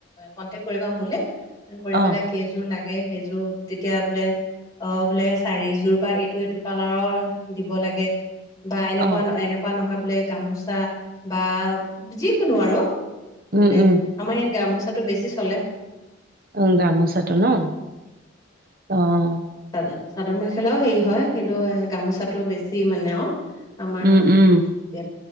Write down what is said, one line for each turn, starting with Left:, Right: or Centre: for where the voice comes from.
Left: কন্টেক কৰিবা মোলে, কৰি
Right: অ
Left: পেলাই কেইযোৰ লাগে, কেইযোৰ তেতিয়া বোলে অহ, বোলে চাৰিযোৰ বা এইটো এইটো কালাৰৰ দিব লাগে। বা এনেকুৱা
Right: অ
Left: নহয়, এনেকুৱা নহয় বোলে গামোচা বা যিকোনো আৰু।
Right: উম,
Left: বোলে,
Right: উম,
Left: আমাৰ ইয়াত গামোচাটো বেছি চলে।
Right: উম, গামোচাটো ন' অহ।
Left: চাদৰ-চাদৰ মেখেলাও হেৰি হয় কিন্তু গামোচাটো বেছি মানে আৰু। আমাৰ
Right: উম', উম'।
Left: ইয়াত